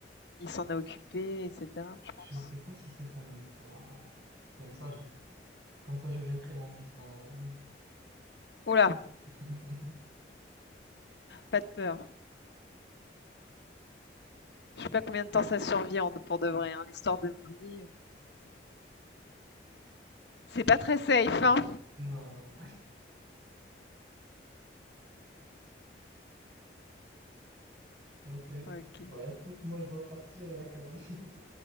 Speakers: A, on the left (about 70°); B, on the right (about 65°).
A: Il s'en a occupé, etc., je
B: Je
A: pense.
B: sais pas si c'est ça l'histoire. euh. Comme ça, je, comme ça, je jetterai mon fils dans la jungle.
A: Oula,
B: <laughs>
A: pas de peur. Je sais pas combien de temps ça survit pour de vrai. hein. L'histoire de Mouli, euh, c'est pas très safe. Hein.
B: Non. Ok.
A: Ok.
B: Bah écoute, moi je dois partir à la Caroline.